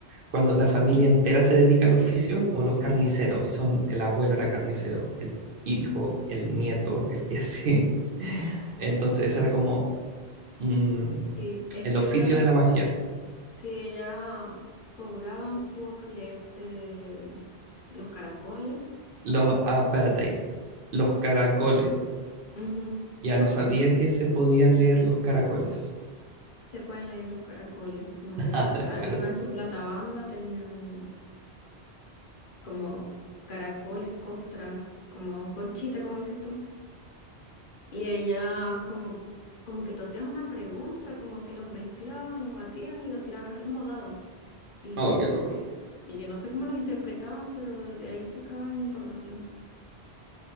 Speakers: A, on the right; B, on the left.
A: cuando la familia entera se dedica al oficio, como los carniceros, y son, el abuelo era carnicero, el hijo, el nieto, el, y así. <laughs> Entonces, ese era como mm,
B: Sí, es
A: el
B: que
A: oficio
B: ellas,
A: de la magia.
B: sí, ellas cobraban por leerte los caracoles.
A: Los, ah, espérate ahí, los caracoles.
B: Ujú.
A: Ya no sabía que se podían leer los caracoles. <laughs>
B: se pueden leer los caracoles, como que ten-
A: Ah, de
B: arriba
A: huevo.
B: en su platabanda tenían como caracoles, costras, como conchita, como dices tú. Y ella como, como que tú hacías una pregunta, como que los mezclaban, los batían y los tiraban así como dados. Y,
A: Oh, qué loco.
B: y yo no sé cómo los interpretaban, pero de ahí sacaban información.